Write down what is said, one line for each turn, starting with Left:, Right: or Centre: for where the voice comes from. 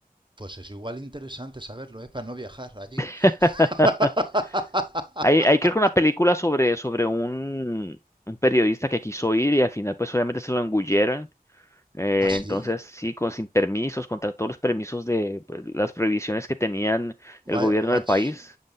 Right: Pues es igual interesante saberlo, ¿eh? Para no viajar allí.
Left: <laughs>
Right: <laughs>
Left: Hay, hay creo que una película sobre, sobre un, un periodista que quiso ir y al final pues obviamente se lo engullieron Eh,
Right: ¿Ah, sí?
Left: entonces, sí, con, sin permisos, contra todos los permisos de pues, las prohibiciones que tenían
Right: Voy
Left: el gobierno
Right: a, voy
Left: del
Right: a
Left: país.
Right: ch-